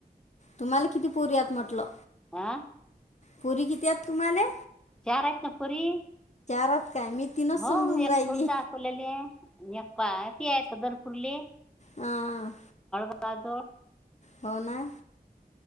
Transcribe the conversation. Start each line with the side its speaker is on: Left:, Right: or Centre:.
Left: तुम्हाला किती पोरी हात म्हटलं?
Centre: आ
Left: पुरी किती्यात तुम्हाले?
Centre: चार हात ना पोरी.
Left: आहेत काय मी तीनच
Centre: हो
Left: समजून
Centre: एक
Left: राहिली
Centre: खुर्द दाखवलेली आहेी एक <unintelligible> कुठली?
Left: हा.
Centre: वाजोळ.
Left: हो ना.